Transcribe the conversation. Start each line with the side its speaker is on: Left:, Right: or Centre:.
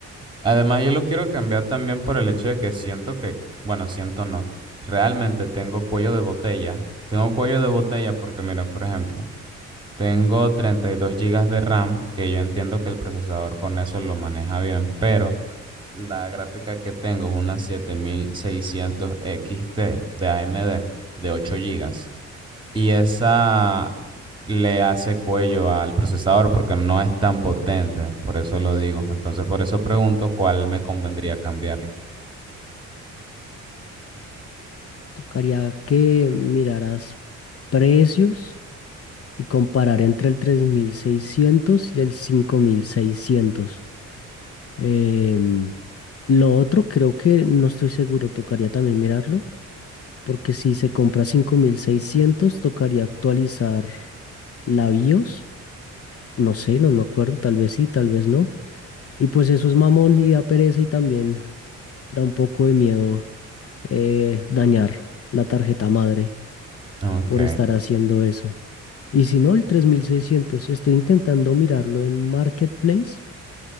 Right: Además, yo lo quiero cambiar también por el hecho de que siento que, bueno, siento no, realmente tengo cuello de botella. Tengo cuello de botella porque, mira, por ejemplo, tengo 32 gigas de RAM, que yo entiendo que el procesador con eso lo maneja bien, pero la gráfica que tengo es una 7600 XT de AMD de 8 gigas y esa le hace cuello al procesador porque no es tan potente, por eso lo digo. Entonces, por eso pregunto cuál me convendría cambiarlo.
Left: Tocaría que miraras precios y comparar entre el 3600 y el 5600. Em, lo otro creo que no estoy seguro, tocaría también mirarlo. Porque si se compra cinco mil seiscientos tocaría actualizar la BIOS. No sé, no me acuerdo, tal vez sí, tal vez no. Y pues eso es mamón y da pereza y también da un poco de miedo eh, dañar la tarjeta madre
Right: Ok.
Left: por estar haciendo eso. Y si no, el 3600, estoy intentando mirarlo en Marketplace,